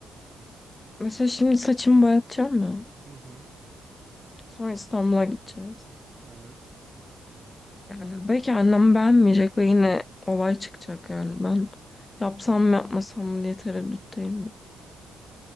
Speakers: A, on the left; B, on the right.
A: Mesela şimdi saçımı boyatacağım ya.
B: hı. hı.
A: Sonra İstanbul'a gideceğiz.
B: Evet.
A: Yani belki annem beğenmeyecek ve yine olay çıkacak yani. Ben yapsam mı yapmasam mı diye tereddütteyim ya.